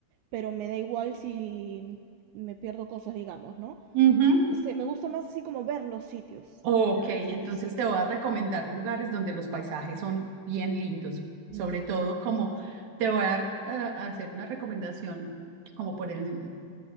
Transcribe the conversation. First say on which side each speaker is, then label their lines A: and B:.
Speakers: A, on the right; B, on the right.
A: pero me da igual si me pierdo cosas, digamos, ¿no?
B: ujú.
A: Este, me gusta más así como ver los sitios.
B: Ok, entonces
A: los sitios, sí.
B: te voy a recomendar lugares donde los paisajes son bien lindos, sobre
A: Ya,
B: todo como te voy a, dar, a- a hacer una recomendación como por el